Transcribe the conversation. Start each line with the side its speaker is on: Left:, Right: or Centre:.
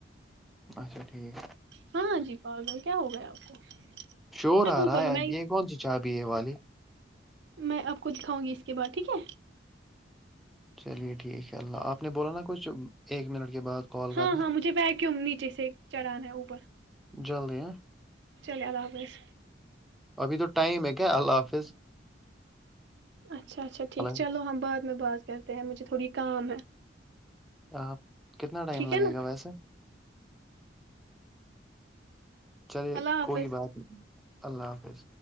Centre: اچھا ٹھیک
Right: ہاںاں جی پاگل کیا ہوگا آپ کو
Centre: شور
Right: میں
Centre: آ
Right: اوپر
Centre: رہا
Right: ہوں
Centre: ہےب
Right: میں
Centre: یہ کون سی چابی ہے یہ والی
Right: میں آپ کو دکھاؤں گی اس کے بار ٹھیک ہے
Centre: چلیے ٹھیک ہے اللہ آپ نے بولا نا کچھ ایک منٹ کے بعد کال کرنا
Right: ہاں ہاں مجھے ویکیوم نیچے سے چڑھانا ہے اوپر
Centre: جلدی ہیںاں
Right: چلے اللہ حافظ
Centre: ابھی تو ٹائم ہے کیا اللہ حافظ
Right: اچھا اچھا ٹھیک
Centre: اللہ
Right: چلو ہم بعد میں بعاز کرتے ہیں مجھے تھوڑی کام ہے
Centre: کام کتنا ٹائم
Right: ٹھیک
Centre: لگے
Right: ہے نا
Centre: گا ویسے چلیے
Right: اللہ حافظ
Centre: کوئی بات نہیں اللہ حافظ